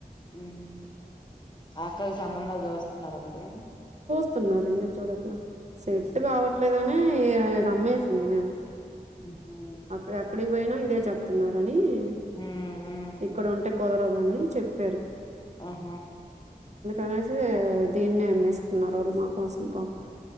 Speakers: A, on the left; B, on the right.
A: ఉమ్ అక్కవి సంబంధాలు చూస్తున్నారా మరి
B: చుస్తున్నారు ఎందుకు చూడట్లే సెట్
A: మ్మ్
B: కావట్లేదునే ఇగ అమ్మేసింది మేము
A: మ్మ్
B: అప్పుడు ఎక్కడి పోయినా ఇదే చెప్తున్నారని ఉమ్
A: మ్మ్ మ్మ్
B: ఇక్కడ ఉంటే కుదరదు అని చెప్పారు
A: ఆహ
B: అనేసి దీన్నే అమ్మేసుకున్నారు మా కోసం పాపం